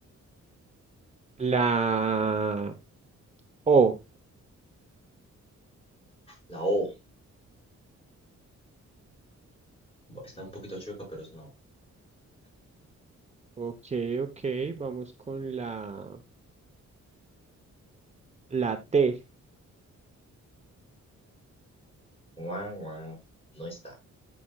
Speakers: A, on the right; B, on the left.
A: la O.
B: La O. Bu- Está un poquito chueca, pero es no.
A: Ok, ok, vamos con la... La T.
B: Guau, guau. No está.